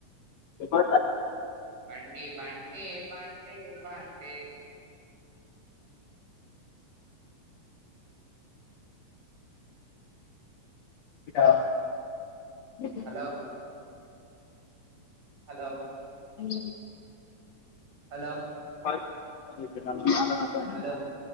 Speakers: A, on the left; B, on the right.
A: ఇనబడుతాంది.
B: బంటీ బంటీ బంటీ బంటీ.
A: ఈటా హు
B: లో. హలో.
A: హ్మ్
B: హలో.
A: ప చూడంగానే నాకు అర్థమైంది.
B: హలో.